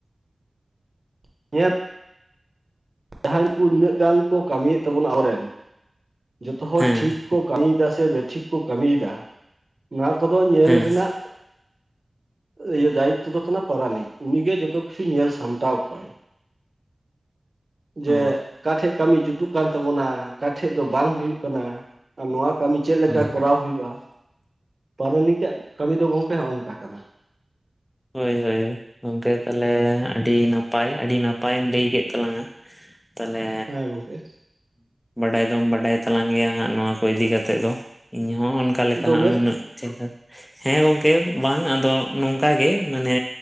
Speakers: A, on the right; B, on the left.
A: <unintelligible> ᱡᱟᱦᱟᱸᱭ ᱠᱚ ᱱᱤᱱᱟᱹᱜ ᱜᱟᱱ ᱠᱚ ᱠᱟᱹᱢᱤᱭᱮᱫ ᱛᱟᱵᱚᱱᱟ ᱟᱵᱚᱨᱮᱱ ᱡᱚᱛᱚ ᱦᱚᱲ
B: ᱦᱮᱸ
A: ᱴᱷᱤᱠ ᱠᱚ ᱠᱟᱹᱢᱤᱭᱮᱫᱟ ᱥᱮ ᱵᱮ ᱴᱷᱤᱠ ᱠᱚ ᱠᱟᱹᱢᱤᱭᱮᱫᱟ ᱱᱚᱣᱟ ᱠᱚᱫᱚ ᱧᱮᱞ
B: ᱦᱮᱸ
A: ᱨᱮᱱᱟᱜ ᱤᱭᱟᱹ ᱫᱟᱭᱤᱛ ᱫᱚ ᱠᱟᱱᱟ ᱯᱟᱨᱟᱱᱤᱠ ᱩᱱᱤᱜᱮ ᱡᱚᱛᱚ ᱠᱚᱭ ᱧᱮᱞ ᱥᱟᱢᱴᱟᱣ ᱠᱚᱣᱟᱭ᱾ ᱡᱮ
B: ᱚ
A: ᱟᱠᱟᱴᱷᱮᱡ ᱠᱟᱹᱢᱤ ᱡᱩᱛᱩᱜ ᱠᱟᱱ ᱛᱟᱵᱚᱱᱟ ᱟᱠᱟᱴᱷᱮᱡ ᱫᱚ ᱵᱟᱝ ᱦᱩᱭᱩᱜ ᱠᱟᱱᱟ ᱟᱨ ᱱᱚᱣᱟ ᱠᱟᱹᱢᱤ ᱪᱮᱫ ᱞᱮᱠᱟ
B: ᱦᱳᱭ
A: ᱠᱚᱨᱟᱣ ᱦᱩᱭᱩᱜᱼᱟ? ᱯᱟᱨᱟᱱᱤᱠᱟᱜ ᱠᱟᱹᱢᱤ ᱫᱚ ᱜᱚᱝᱠᱮ ᱚᱱᱠᱟ ᱠᱟᱱᱟ᱾
B: ᱦᱳᱭ ᱦᱳᱭ᱾ ᱜᱚᱝᱠᱮ ᱛᱟᱞᱮ ᱟᱹᱰᱤ ᱱᱟᱯᱟᱭ ᱟᱹᱰᱤ ᱱᱟᱯᱟᱭᱮᱢ ᱞᱟᱹᱭ ᱠᱮᱫ ᱛᱟᱞᱟᱝᱟ᱾ ᱛᱟ. ᱞᱮ
A: ᱦᱮᱸ ᱜᱚᱝᱠᱮ
B: ᱵᱟᱰᱟᱭ ᱫᱚᱢ ᱵᱟᱰᱟᱭ ᱛᱟᱞᱟᱝ ᱜᱮᱭᱟ ᱦᱟᱸᱜ ᱱᱚᱣᱟ ᱠᱚ ᱤᱫᱤ ᱠᱟᱛᱮᱜ ᱫᱚ ᱤᱧᱦᱚ ᱚᱱᱠᱟ ᱞᱮᱠᱟ
A: ᱫᱚᱢᱮ
B: ᱦᱟᱸᱜ ᱱᱩᱱᱟᱹᱜ ᱪᱮᱦᱨᱟ ᱦᱮᱸ ᱜᱚᱝᱠᱮ ᱵᱟᱝ ᱟᱫᱚ <unintelligible> ᱚᱱᱠᱟᱜ ᱜᱮ ᱢᱟᱱᱮ